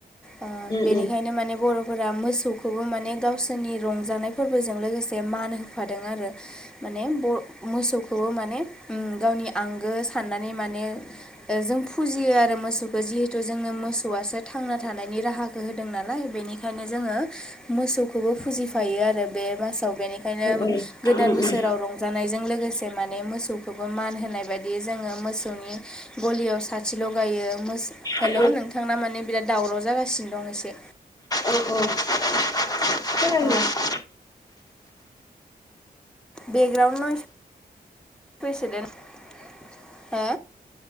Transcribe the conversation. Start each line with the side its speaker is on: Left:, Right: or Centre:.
Centre: ओ
Left: औ उम
Centre: बेनिखायनो माने बर' फोरा मोसौखौबो माने गावसोरनि रंजानाय फोरबोजों लोगोसे मान होफादों आरो। माने ब मोसौखौबो माने उम गावनि आंगो साननानै माने ओ जों फुजियो आरो मोसौखौ जिहेथु जोंनो मोसौआसो थांना थानायनि राहाखो होदों नालाय बेनिखायनो जोङो मोसौखौबो फुजिफायो आरो बे मासाव बेनिखायनो
Left: उम नंगौ
Centre: गोदान बोसोराव रंजानायजों लोगोसे माने मोसौखौबो मान होनाय दि जोङो मोसौनि गलियाव साथि लगायो मोस हेलौ
Left: औ
Centre: नोंथा थांना माने बिराद दावराव जागासिनो दं एसे।
Left: ओ औ औ
Centre: अ
Left: औ
Centre: बेग्राउन नयस प्रेसिडेन्ट। हो?